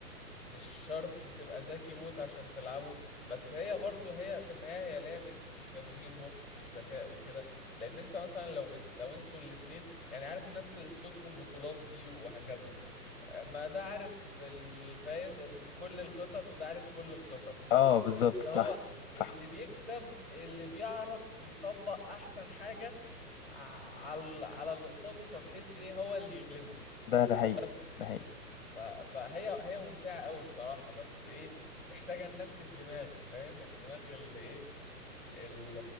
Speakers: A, in the centre; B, on the left (about 35°).
A: مش شرط تبقى ذكي موت عشان تلعبه بس هي برضو هي في النهاية هي لعبة تشغيل مخ وذكاء وكده لان انت مثلا لو بت... لو انتوا الاتنين يعني عارف الناس اللي بتدخل بطولات دي وهكذا ما ده عارف ال- فاهم ال- كل الخطط وده عارف كل الخطط
B: اه بالظبط
A: بس
B: صح
A: هو
B: صح
A: اللي بيكسب اللي بيعرف يطبق احسن حاجة ع- على على اللي قصاده فبحيث ايه هو اللي يغلبه
B: ده ده حقيقي
A: بس
B: ده حقيقي
A: ف- فهي هي ممتعة قوي بصراحة بس ايه محتاجة الناس الدماغ فاهم الدماغ اللي ايه ال-